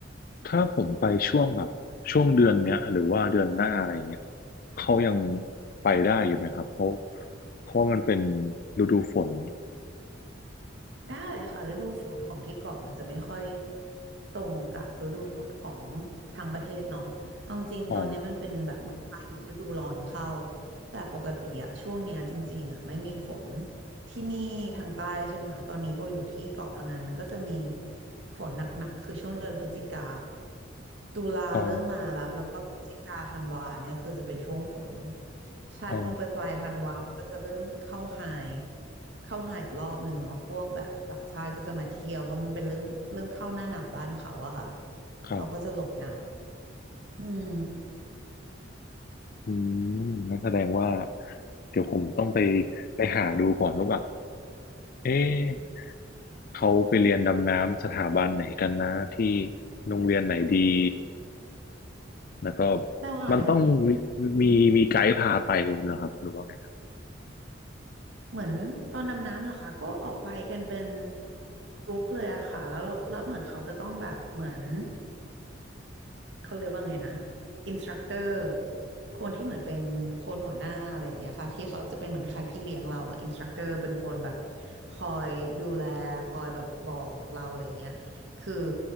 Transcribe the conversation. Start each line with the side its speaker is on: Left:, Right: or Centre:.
Left: ถ้าผมไปช่วงแบบช่วงเดือนเนี้ยหรือว่าเดือนหน้าอะไรเงี้ยเขายังไปได้อยู่ไหมครับเขาะเพราะว่ามันเป็นฤดูฝน
Right: ได้ค่ะฤดูฝนของที่เกาะมันจะไม่ค่อยตรงกับฤดูฝนของทางประเทศเนาะเอาจริงๆตอนนี้มันเป็นแบบเหมือนพายุฤดูร้อนเข้า
Left: อ๋อ
Right: แต่ปกติอะช่วงเนี้ยจริงๆอะไม่มีฝนที่นี่ทางใต้ใช่ไหมคะตอนนี้โบอยู่ที่เกาะพะงันมันก็จะมีฝนหนักๆคือช่วงเดือนพฤศจิกาตุลาเริ่มมาและแล้วก็พฤศจิกาธันวาเนี่ยคือจะเป็นช่วงฝน
Left: อ๋อ
Right: ใช่พอไปปลายธันวามันก็จะเริ่มเข้าไฮ
Left: อ๋อ
Right: เข้าหาอีกรอบหนึ่งเนาะพวกแบบต่างชาติก็จะมาเที่ยวเพราะมันเป็นเริ่มเริ่มเข้าหน้าหนาวบ้านเขาอะค่ะ
Left: ครับ
Right: เขาก็จะหลบหนาวอืม
Left: อืมนั่นแสดงว่าเดี๋ยวผมต้องไปไปหาดูก่อนว่าแบบเอ๊ะ เขาไปเรียนดำน้ำสถาบันไหนกันนะที่โรงเรียนไหนดี แล้วก็
Right: ได้มี
Left: มันต้องมีมีมีไกด์พาไปเหรอครับหรือว่าไงครับ
Right: เหมือนตอนดำน้ำเหรอคะก็ออกไปกันเป็นกรุ๊ปเลยอะค่ะแล้วเราแล้วเหมือนเขาจะต้องแบบเหมือน เขาเรียกว่าไงนะอินสตรัคเตอร์คนที่เหมือนเป็นคนหัวหน้าอะไรอย่างเงี้ยค่ะที่เขาจะเป็นเหมือนคล้ายๆพี่เลี้ยงเราอ่ะอินสตรัคเตอร์เป็นคนแบบคอยดูแลคอยแบบบอกเราอะไรอย่างเงี้ยคือ